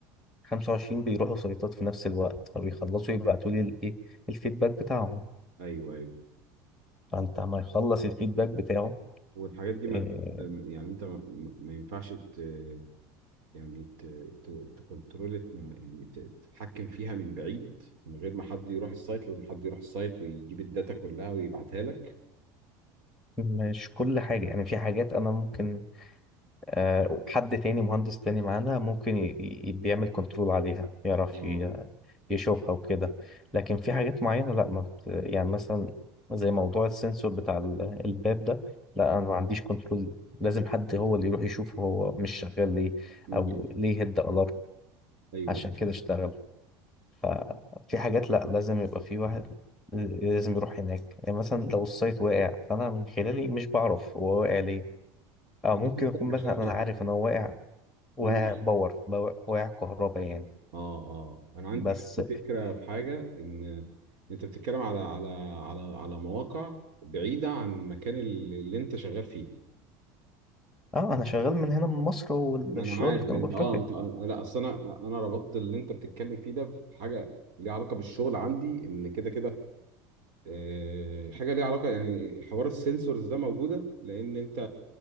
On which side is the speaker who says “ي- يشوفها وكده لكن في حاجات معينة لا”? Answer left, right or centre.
Centre